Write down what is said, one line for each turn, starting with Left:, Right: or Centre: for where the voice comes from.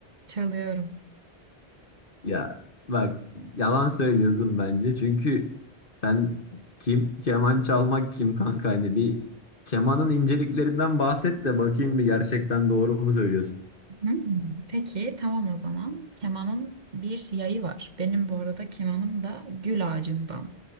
Right: Çalıyorum.
Left: Ya bak yalan söylüyorsun bence çünkü sen kim keman çalmak kim kanka hani bir kemanın inceliklerinden bahset de bakayım bir gerçekten doğru mu söylüyorsun?
Right: Hmm, Peki tamam o zaman. Kemanın bir yayı var. Benim bu arada kemanım da gül ağacından,